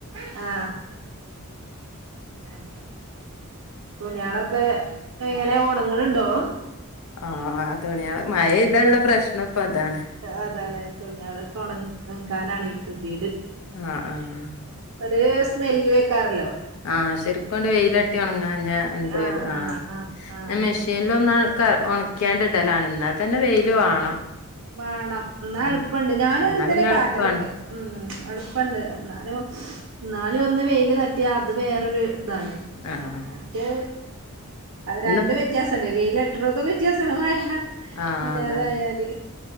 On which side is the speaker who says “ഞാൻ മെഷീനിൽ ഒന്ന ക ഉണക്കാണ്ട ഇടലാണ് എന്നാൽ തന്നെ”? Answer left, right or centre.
Left